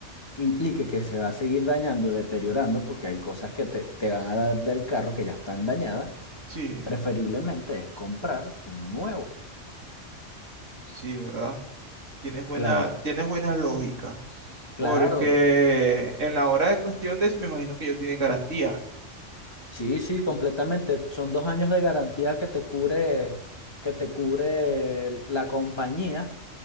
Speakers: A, on the left; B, on the right.
A: implique que se va a seguir dañando, deteriorando, porque hay cosas que te, te van a dar del carro que ya están dañadas
B: Sí,
A: preferiblemente es comprar uno nuevo.
B: sí, ¿verdad? Tienes buena,
A: Cla-
B: tienes buena lógica.
A: claro,
B: Porque en la hora de cuestiones me imagino que ellos tienen garantía,
A: sí, sí, completamente. Son dos años de garantía que te cubre, que te cubre la compañía